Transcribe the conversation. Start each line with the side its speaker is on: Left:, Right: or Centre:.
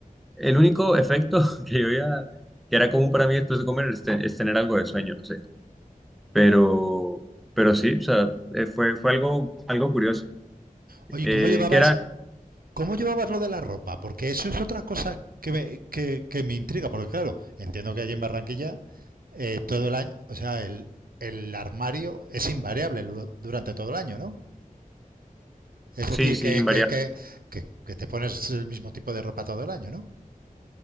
Centre: el único efecto <laughs> que yo veía que era común para mí después de comer es, te- es tener algo de sueño, no sé. Pero, pero sí, o sea, eh, fue, fue algo, algo curioso,
Right: Oye,
Centre: eh,
Right: ¿cómo llevabas,
Centre: que era,
Right: ¿cómo llevabas lo de la ropa? Porque eso es otra cosa que me, que, que me intriga, porque claro, entiendo que allí en Barranquilla eh, todo el año, o sea, el, el armario es invariable durante todo el año, ¿no? Es
Centre: sí,
Right: decir,
Centre: sí,
Right: que,
Centre: invariable.
Right: que, que, que, que te pones el mismo tipo de ropa todo el año, ¿no?